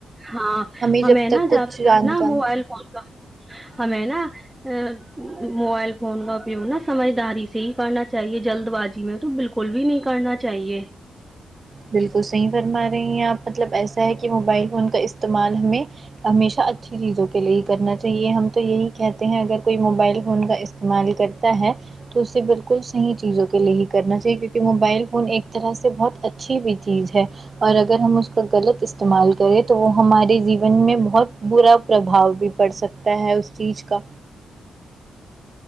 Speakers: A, on the right; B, on the right.
A: ہاں
B: جب
A: ہمیں
B: تک
A: نا
B: کچھ
A: زیادہ
B: جانکاری
A: تر نا موبائل فون کا ہمیں نا آ موبائل فون کا اپیوگ نا سمجھداری سے ہی کرنا چاہیے جلد بازی میں تو بال کل بھی نہیں کرنا چاہیے
B: بالکل صحیح فرما رہی ہیں آپ مطلب ایسا ہے کہ موبائل فون کا استعمال ہمیں ہمیشہ اچھی چیزوں کے لیے ہی کرنا چاہیے ہم تو یہی کہتے ہیں اگر کوئی موبائل فون کا استعمال کر تا ہے تو اسے بالکل صحیح چیزوں کے لیے ہی کرنا چاہیے کیونکہ موبائل فون ایک طرح سے بہت ا چھی بھی چیز ہے اور اگر ہم اس کا غلط استعمال کریں تو وہ ہمارے جیون میں بہت برا پرابھاؤ بھی پڑ سکتا ہے اس چیز کا